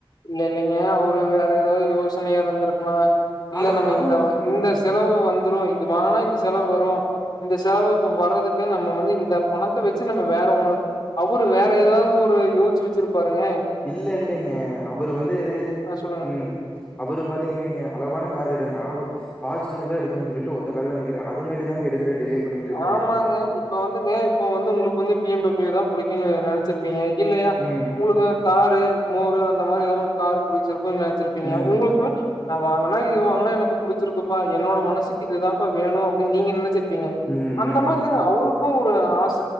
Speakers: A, on the left; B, on the left.
A: இல்ல இல்லைங்க அவரு வேற ஏதாவது யோசனையா இருந்திருக்கலா இல்ல
B: ஆளு
A: நம்ம
B: அதுவும்
A: இந்தவ
B: ம்
A: இந்த செலவு வந்துரு இது வாங்கனா இந்த செலவு வரு இந்த செலவுக்கு வர்றதுக்கு நம்ம வந்து இந்த பணத்த வச்சு நம்ப வேற ஒரு அவரு வேற ஏதாவது ஒரு யோசிச்சு வெச்சிருப்பாருங்க
B: இல்ல இல்லைங்க அவரு வந்து
A: ஆ சொல்லுங்க
B: ம் ம் அவரு பாத்தீங்கன்னு வைங்க அளவான காரிடு நாவு ஃபார்சுனர் தா எடுக்கணு சொல்லிட்டு ஒத்தக்கால்ல நிக்கிறே அதுங்காட்டி தங்க எடுக்குற டிலே பண்ணிட்டு இருக்காரு.
A: ஆமாங்க இப்ப வந்துங்க இப்ப வந்து உங்களுக்கு வந்து பி எம் டபியூ தா புடிக்குனு நெனச்சிருப்பீங்க இல்லயா
B: ம்.
A: உங்களுக்கு தாரு மோரு அந்த மாரி எதுவு கார் புடிச்சிருக்குங்க நெனச்சுருப்பீங்க
B: ம்.
A: உங்களுக்குள்ள நா வாங்கனா இது வாங்கனா எனக்கு புடிச்சிருக்குப்பா என்னோட மனசுக்கு இதுதாப்பா வேணு அப்டினு நீங்க நெனச்சிருப்பீங்க
B: ம். ம்.
A: அந்த மாரிதாங்க அவருக்கு ஒரு ஆச